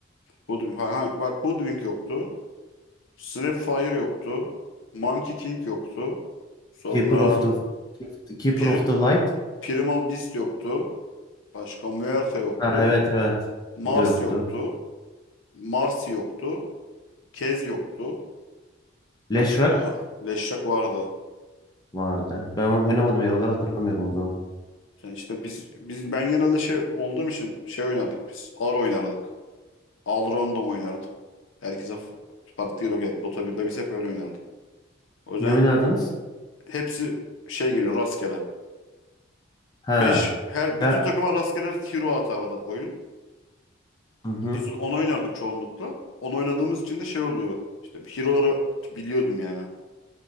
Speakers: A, on the left; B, on the left.
A: Hoodwink. Ha, ha, bak Hoodwink yoktu. Snapfire yoktu. Monkey King yoktu. Sonra
B: Keeper of the Keeper
A: Pri-
B: of the Light.
A: Primal Beast yoktu. Başka Muerta yoktu.
B: Ha evet evet.
A: Mars
B: O da yoktu.
A: yoktu. Marsi yoktu. Kez yoktu.
B: Flash
A: Başka
B: Rock
A: Leşrak vardı.
B: vardı. Ben onu oynamadım yaraları hatırlamıyorum o zaman.
A: Yani işte biz biz ben genelde şey olduğum için şey oynardık biz. AR oynardık. al Random oynardık. Herkese f- farklı hero geldi. Dota birde biz hep öyle oynardık. O yüzden
B: Ne oynardınız?
A: hepsi şey geliyor rastgele.
B: Ha.
A: 5 her
B: Ya,
A: bütün takıma rastgele hero atardı oyun.
B: hı hı,
A: Biz onu oynardık çoğunlukla. Onu oynadığımız için de şey oluyor. İşte hero'ları biliyordum yani.